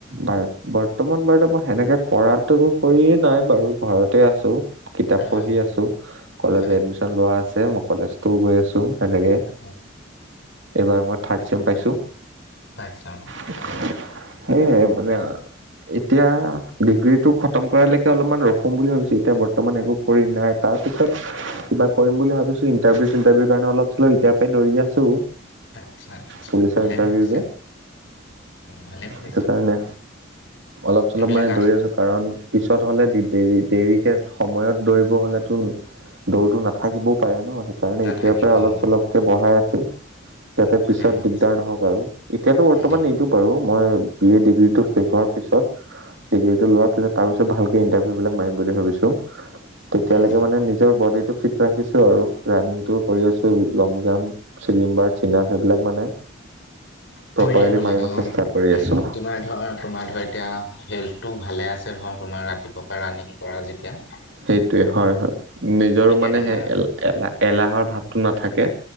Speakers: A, on the right (about 65°); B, on the left (about 70°).
A: বাৰ বৰ্তমান বাৰ মই সেনেকে কৰাটোো কৰিয়ে নাই বাৰু ঘৰতে আছো কিতাপ
B: হয়
A: পঢ়ি আছো কলেজ
B: হয়
A: এডমিশন লোৱা আছে মই কলেজতও গৈ আছো তেনেকে
B: হয়
A: এইবাৰ মই থাৰ্ড চেম পাইছোঁ
B: তাইছা
A: শ সেয়হে মানে এতিয়া ডিগ্ৰী টো খতম কৰালেকে অলপমান ৰখুম বুলি ভাবিছো এতিয়া বৰ্তমান একো কৰি নাই তাৰপিছত কিবা কৰিম বুলি ভাবিছো ইণ্টাৰভিউ চিটাৰভিউৰ কাৰণে অলপ চল এয়াৰ পৰাই দৌৰি আছো
B: আচ্ছা আচ্ছা
A: পুলিচৰ
B: ভালে
A: ইণ্টাৰভিউ
B: ভাবিছা
A: যে
B: ভালে ভাবিছা
A: সেইটো কাৰণে অলপ চলপ
B: এইবিলাক
A: মানে দৌৰি
B: আহি
A: আছো কাৰণ পিছত হ'লে দেৰি দেৰিকে সময়ত দৌৰিব হলেতো দৌৰো নাথাকিবও পাৰে ন সেইকাৰণে
B: নাথাকিব
A: এতিয়াৰ পৰা অলপ
B: অ',
A: চলপ বঢহাই আছো যাতে
B: ভালে
A: পিছত
B: ভাবিছা
A: দিগদাৰ নহক আৰু এতিয়াতো বৰ্তমান
B: উম,
A: নিদিও বাৰু মই বি এ ডিগ্ৰীটো শেষ হোৱাৰ পিছত ডিগ্ৰীটো লোৱাৰ পিছত তাৰ পিছত ভালকে ইণ্টাৰভিউ বিিলাক মাৰিম বুলি ভাবছো তেতিয়ালৈকে
B: উম,
A: মানে নিজ বডিটো ফিট ৰাখিছো আৰু ৰানিংটো কৰি আছো লং জাম্প চিলিম্বাৰ চপ সেইবিলাক মানে
B: শবি
A: প্ৰপাৰলি
B: থাকিব লাগে
A: মাৰিব
B: অ
A: চেষ্টা কৰি আছো
B: তোমাৰ ধৰ তোমাৰ ধৰ এতিয়া হেল্থটো ভালে আছে ধৰ তোমাৰ ৰাতি ৰাণিং কৰা যেতিয়া <inaudible>
A: সেইটোোৱে হয় হয় নিজৰ
B: এতিয়া
A: মানে
B: তোমাৰ
A: সেই এল এলাহ এলাহৰ ভাৱটো নাথাকে